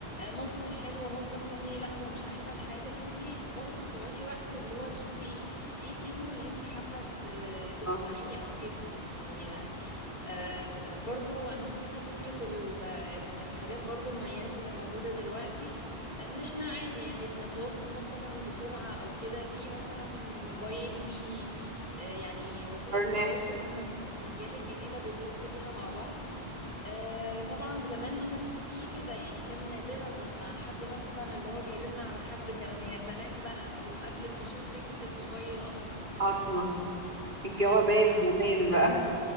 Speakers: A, on the left; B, on the right.
A: آه، مصدر حلو ومصدر تاني لا هو مش احسن حاجة فانت برضو بتقعدي وقت اللي هو تشوفي ايه فيهم اللي انت حابة ت- تسمعيه
B: آه.
A: او كده يعني آه، آه، برضو أنا شايفة فكرة ال- من الحاجات برضو المميزة اللي موجودة دلوقتي إن إحنا عادي يعني بنتواصل مثلا بسرعة أو كده في مثلا موبايل في آه، يعني وسيلة
B: برنات
A: تواصل هم الأجيال الجديدة بيتواصلوا بيها مع بعض آه، طبعا زمان ما كانش فيه كده يعني كان نادرا لما حد مثلا اللي هو بيرن على حد كان يا سلام بقى أو قبل انتشار فكرة الموبايل أصلا
B: اصلا الجوابات
A: فحاسة
B: زمان بقى